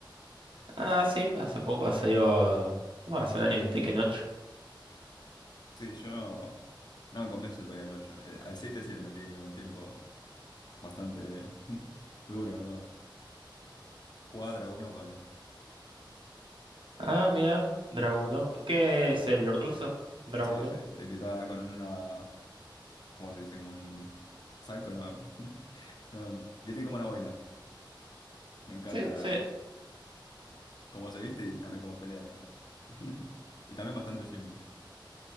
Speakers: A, on the right; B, on the left.
A: Ah, sí, hace poco salió, bueno, hace un año el Tekken 8.
B: Sí, yo no, no me convence todavía el ocho El- al 7 sí le metí un tiempo bastante <laughs> duro, ¿no? Jugaba Dragon Opa ahí.
A: Ah, mira, Dragunov. ¿Qué es el ruso? Dragunov.
B: Sí, sí, el que estaba con una, ¿cómo se dice? Como un saco, ¿no? <laughs> No, que tiene como una boina. Me encanta
A: Sí,
B: la,
A: sí,
B: cómo se viste y también cómo pelea. me- <laughs> Y también bastante simple.